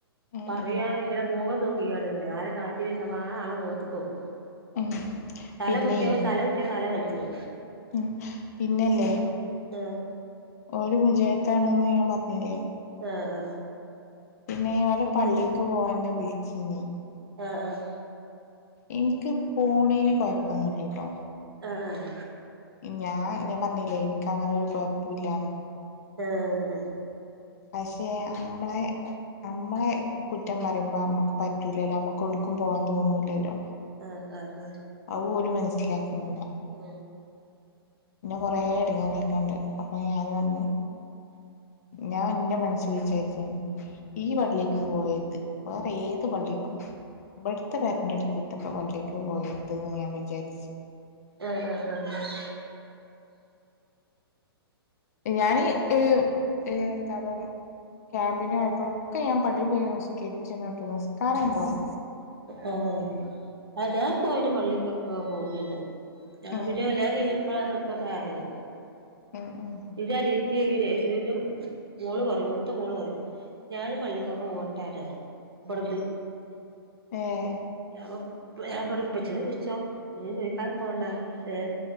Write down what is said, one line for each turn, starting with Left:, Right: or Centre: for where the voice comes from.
Left: ഉം
Right: പറയാന്
Left: ഉം
Right: ഇങ്ങനെ മുഖം നോക്കിക്കാണ്ടിങ്ങനെ ആരാ കാട്ട്യേ ചോയ്ച്ചാ അപ്പ ആ ആളെ മോത്ത്ക്കോക്കും.
Left: ഉം
Right: തല
Left: പിന്നെ
Right: മുട്ട്യേപ്പം തല മുട്ട്യാണ്ട് തല വൽച്ചത്.
Left: ഉം പിന്നല്ലേ
Right: ആഹ്
Left: ഓല് മുജായിതൊണ്ന്ന് ഞാൻ പർഞ്ഞില്ലേ.
Right: ആഹ് ആഹ്
Left: പിന്നെ ഓലെ പള്ളീക്ക് പോവാൻന്നെ വിൾച്ചീനി.
Right: ആഹ് ആഹ്
Left: ഇൻക്ക് പോണേന് കൊഴപ്പൊന്നുല്ലട്ടോ.
Right: ആഹ് ആഹ്
Left: ഞാൻ ഞാൻ പറഞ്ഞില്ലേ ഇൻക്കങ്ങനെ ഒരു കൊഴപ്പുല്ലാന്ന്
Right: ഏഹ് ഏഹ് ഏഹ്
Left: പക്ഷെ അമ്മളെ അമ്മളെ കുറ്റം പറയുമ്പ അമ്മക്ക് പറ്റൂലല്ലോ അമ്മക്ക് ഒടുക്കും പോവാൻ തോന്നൂലല്ലോ
Right: ആഹ് ആഹ് അതാണ്
Left: അതും ഓല് മനസ്സിലാക്കുന്നില്ല
Right: ഉം
Left: ഇന്നെ കൊറേ എടങ്ങേറായിട്ടുണ്ട് അപ്പൊ ഞാൻ പർഞ്ഞ് ഞാൻ ഇന്റെ മനസിൽ വിചാര്ച്ചീനി ഈ പള്ളിക്ക് പോവര്ത് വേറെ ഏത് പള്ളിക്കും ഇബട്ത്തെ പെരന്റട്ത്ത്ത്തെ പള്ളിക്ക് പോകര്ത് ഞാൻ വിചാരിച്ച്
Right: ആഹ് ആഹ് ആഹ് ആഹ്
Left: ഞാന് ഏഹ് എത്താപ്പം ക്യാമ്പിന് പോയപ്പൊഴൊക്കെ ഞാൻ പള്ളി പോയി നിസ്കരിച്ചിണ് ട്ടോ നിസ്കാരം ഇണ്ടാവും
Right: ആഹ് അതാ പോയിട്ട് പള്ളിക്കൊക്കെ പോവെണ്ട് ഞാൻ
Left: ഉം
Right: പിന്നെ കല്യാണം കഴിഞ്ഞപ്പാണ് ഇപ്പതായത്
Left: ഉം ഉം
Right: ഇന്റെ അനിയത്തി നൈസറില് മോള് പറയും മൂത്ത മോള് പറയും ഞാൻ പള്ളിക്കൊക്കെ ഓട്ടേന്ന് ഇബട്ന്ന്
Left: ഏഹ്
Right: ഞാപ്പം പ്പം ഞാൻ പറിം ഇപ്പച്ചിനോട് ചോയ്ച്ചോ ഇപ്പച്ചിനോട് ചോയ്ക്കാണ്ടെ പോണ്ട ഏഹ്